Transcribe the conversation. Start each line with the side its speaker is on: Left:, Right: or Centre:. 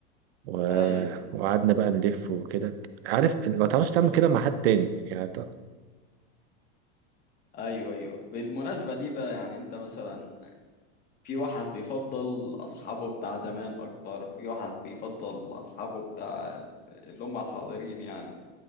Right: و...
Left: أيوه
Right: وقعدنا بقى نلف وكده عارف ما تعرفش تعمل كده مع حد تاني يعني ت-
Left: أيوه أيوه بالمناسبة دي بقى يعني أنت مثلا في واحد بيفضل أصحابه بتاع زمان أكتر في واحد بيفضل أصحابه بتاع ال- اللي هم الحاضرين يعني